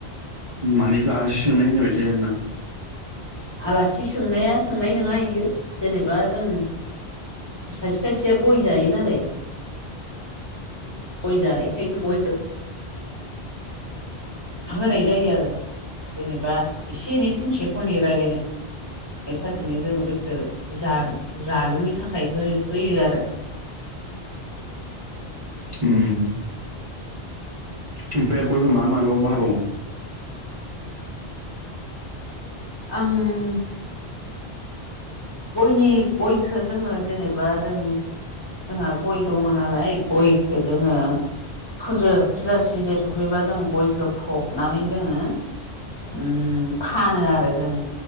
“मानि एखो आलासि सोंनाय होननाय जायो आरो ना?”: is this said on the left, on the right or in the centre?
Right